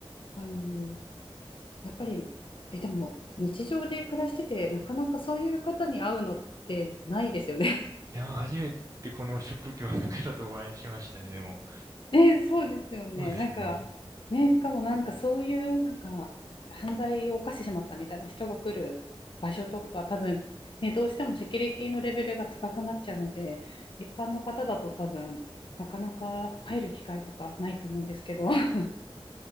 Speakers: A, on the left; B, on the right.
A: あのやっぱり、え、でも日常で暮らしてて、なかなかそういう方に会うのってないですよね。
B: いやー、初めてこの職業の方とお会いしましたね、でも。
A: <laughs> ね、そうですよね。
B: そうですね。
A: なんか、ね、しかもなんかそういうなんか犯罪を犯してしまったみたいな人が来る場所とか、多分、ね、どうしてもセキュリティのレベルが高くなっちゃうので、一般の方だと多分、なかなか入る機会とかないと思うんですけど。<laughs>